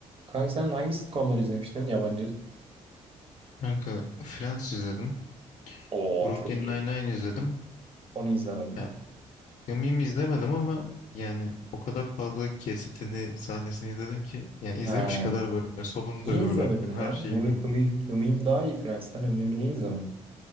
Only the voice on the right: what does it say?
Kanka sen hangi sitcomları izlemiştin yabancı?
Oo
çok iyi.
Onu izlemedim.
Ha,
niye
izlemedin
lan?
Hımim,
Hımim, Hımim daha iyi Friends'ten. Hımim'i niye izlemedin?